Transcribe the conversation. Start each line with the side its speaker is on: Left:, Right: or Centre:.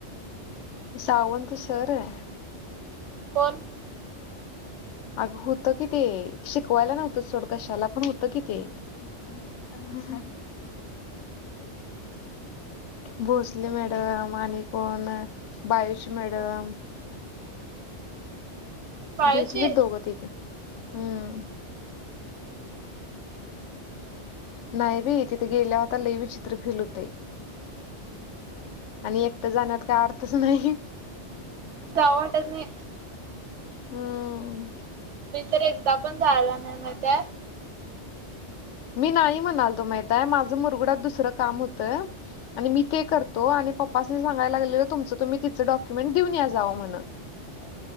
Left: सावंत सर आहे.
Right: कोण?
Left: अग होतं कि, ते शिकवायला नव्हतं सोड कशाला पण होतं कि, ते. संमधी हाय. भोसले मॅडम आणि कोण बायोची मॅडम.
Right: बाळूची?
Left: भेटलीत दोघं तिघ हम्म, नाही बाई तिथे गेल्या वर आता लई विचित्र फिल होतंय. आणि एकटं जाण्यात काय अर्थच नाही.
Right: जावं वाटत नाही.
Left: हम,
Right: तरी एकदा पण जायाला नाही माहीत आहे.
Left: मी नाही म्हणालतो माहिताय माझं मुरगुडात दुसरं काम होतं. आणि मी ते करतो. आणि पप्पासनी सांगायला लागलेलो तुमचं तुम्ही तिचं डॉक्युमेंट देऊन या जावा म्हणून.
Right: <inaudible>